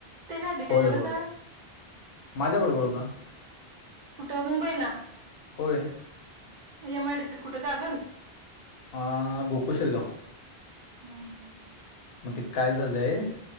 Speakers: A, on the right; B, on the left.
A: त्याच्या आधी काय
B: होय होय
A: करत?
B: माझ्या बरोबर होता
A: कुठं मुंबईला?
B: होय.
A: एमआयडीसी कुठ कागल?
B: ह गोकुलशिरगाव.
A: हम्म!
B: मग ते काय झालंय